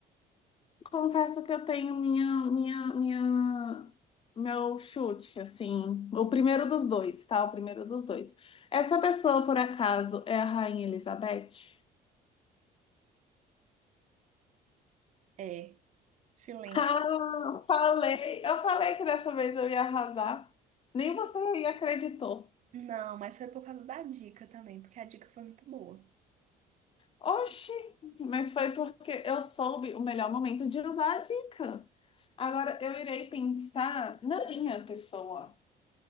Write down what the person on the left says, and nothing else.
Confesso que eu tenho minha, minha, minha, meu chute, assim. O primeiro dos dois, tá? O primeiro dos dois. Essa pessoa, por acaso, é a Rainha Elizabeth? <laughs>
Ah, falei. Eu falei que dessa vez eu ia arrasar. Nem você acreditou.
Oxi, mas foi porque eu soube o melhor momento de usar a dica. Agora eu irei pensar na minha pessoa.